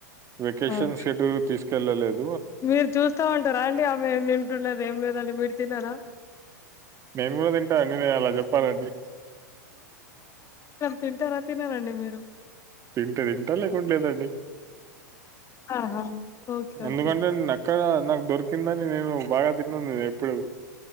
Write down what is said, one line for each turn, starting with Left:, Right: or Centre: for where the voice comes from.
Right: వెకేషన్
Left: అవును
Right: సెటు తీసు వెళ్ళలేదు
Left: మీరు చూస్తా ఉంటారా అండి ఆమె ఏ వింటున్న ఏం లేదని మీరు తిన్నరా
Right: మేము గూడా తింటా <inaudible> ప్పాలండి
Left: తింటార తినరా అండి మీరు
Right: తింట తింటా లేకుండా లేదండి
Left: ఆహా ఓకే
Right: ఎందుకంటే
Left: ఓకే
Right: నక్క అక్కడ నాకు దొరికిందని నేను బాగా తిన్నను ఎప్పుడు